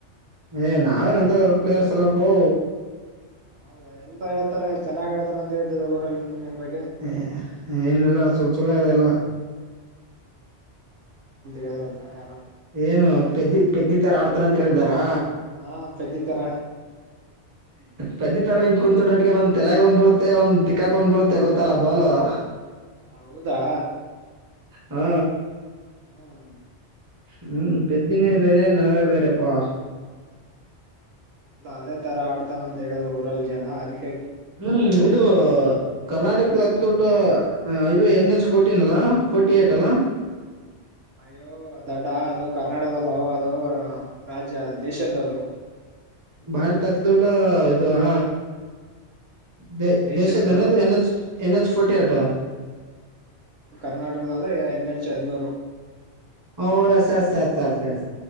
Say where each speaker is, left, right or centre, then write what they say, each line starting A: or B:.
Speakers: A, on the right; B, on the right.
A: ಏ ನಾವೇನಂತ ದೊಡ್ ಪ್ಲೇಯರ್ಸ್ ಅಲ್ಲಪ್ಪೋ.
B: ಹೌದಾ ಎಲ್ಲ ಹೇಳ್ತಾರೆ ಚೆನ್ನಾಗ್ಳ್ತಾರ ಅಂತ ಹೇತದೆ ಊರಲ್ಲಿ ನನ್ ಬಗೆ
A: ಹೇ ಏನಿಲ್ಲ ಸುಳ್ಸುಳ್ಳೆ ಅದೆಲ್ಲ.
B: ಹೇಳುದ್ರಪ್ಪ ಯಾರೋ.
A: ಏನು ಪೆದಿ ಪೆದ್ದಿತರ ಆಡ್ತಾರ ಅಂತ ಹೇಳಿದಾರಾ.
B: ಹಾ ತದಿತರ
A: ಪೆದ್ದಿ ತರ ಇಂಗ ಕುಂತೊಡ್ಡ ಅಟ್ಟಿಗೆ ನಂದ್ ತಲೆಗ ಒಂದ್ ಬಿಳುತ್ತೆ ಒಂದ ತಿಕ್ಕಾಕ್ದ್ಬೀಳುತ್ತೆ ಗೊತ್ತಲ್ಲ ಬಾಲು. ಹಾ
B: ಹೌದಾ
A: ಹಾ
B: ಹ್ಮ್
A: ಹ್ಮ್ ಪದಿನೇ ಬೇರ ನಾವೇ ಬರೆಪ್ಪಾ
B: ಅದೇ ತರ ಆಡ್ತಾನ ಅಂತ ಹೇಳಿದ್ರು ಊರಲ್ ಜನ ಅದ್ಕ
A: ಹ್ಮ್ ಇದು ಕರ್ನಾಟಕದ ಅತಿ ದೊಡ್ಡ ಹೈವ ಎನ್ ಎಸ್ ಫೋರ್ಟೀನ್ ಅಲ್ಲಾ ಫೋರ್ಟಿ ಏಟ್ ಅಲ್ಲ
B: ಅಯ್ಯೋ ದಡ್ಡ ಅದು ಕರ್ನಾಟದಲ್ಲೋ ಅದು ರಾಜ್ಯದು ದೇಶದದು
A: ಭಾರತ ದ ಅತಿ ದೊಡ್ಡ ಇದು ಹ ದ
B: ದೇಶದ್ದು
A: ದೇಶಧನದು N H N H forty ಆಟ
B: ಕರ್ನಾಟಕದಂದ್ರೆ ಎನ್ ಹೆಚ್ ಅಧಮೂ
A: ಹೌ S S S S S